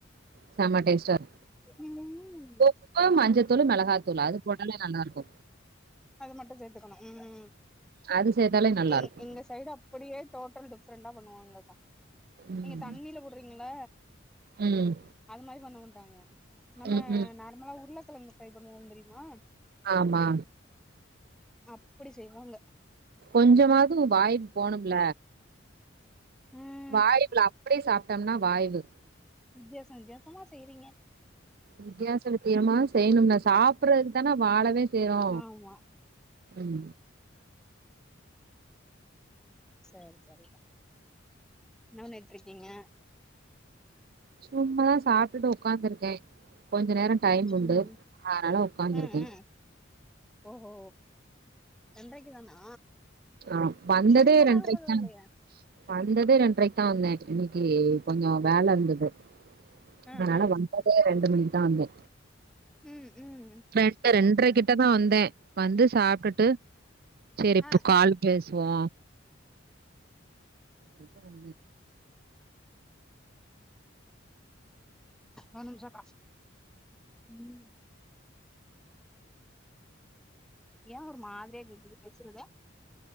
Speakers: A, on the right; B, in the centre.
A: செம டேஸ்ட்டாரு
B: ம்
A: உப்பு மஞ்சத்தூள் மெளகாத்தூளு அது போட்டாலே நல்லாருக்கு
B: அது மட்டு சேத்துக்கணு ம்
A: அது சேத்தாலே நல்லா
B: எங்
A: இருக்கு
B: எங்க சைடு அப்படியே டோட்டல் டிஃப்ரண்ட்டா பண்ணுவாங்க கா
A: ம்
B: நீங்க தண்ணில போட்றீங்கள
A: ம்
B: அது மாரி பண்ண மாட்டாங்க நம்ம
A: ம் ம்
B: நார்மலா உர்ளகெழங்கு ஃப்ரை பண்ணுவோ தெரிமா
A: ஆமா
B: அப்டி செய்வாங்க
A: கொஞ்சமாவ்து வாய்வு போனும்ல
B: ம்
A: வாய்வுல அப்டியே சாப்ட்டம்னா வாய்வு
B: வித்தியாச வித்தியாசமா செய்றீங்க
A: வித்தியாச வித்தயமா செய்ணும்னா சாப்பறதுக்கு தான வாழவே செய்றோ
B: ஆமா
A: ம்
B: சேரி செரி கா என்ன பண்ணிட்ருக்கீங்க
A: சும்மாதா சாப்ட்டுட்டு ஒக்காந்துருக்கே கொஞ்ச நேரோ டைம் உண்டு
B: ம்
A: ஆனால ஒக்காந்துருக்கே
B: ம் ம் ஓஹோ ரெண்றைக்கு தானா
A: ஆ வந்ததே
B: மணி மூணாக
A: ரெண்றைக்கு
B: போது
A: தா
B: இல்லையா
A: வந்ததே ரெண்றைக்கு தா வந்தே இன்னக்கி கொஞ்சொ வேலருந்தது
B: ம்
A: அதனால வந் ததே ரெண்டு மணிக்கி தா வந்தே
B: ம் ம் ம்
A: ரெண்டு ரெண்றைக்கி கிட்டக்க வந்தே வந்து சாப்ட்டுட்டு செரி இப்ப
B: ஆ
A: கால் பேசுவோ <inaudible> வந்தே
B: ஒர் நிம்ஷோ கா ம் ஏ ஒரு மாதிரியா கேக்குது பேசுறது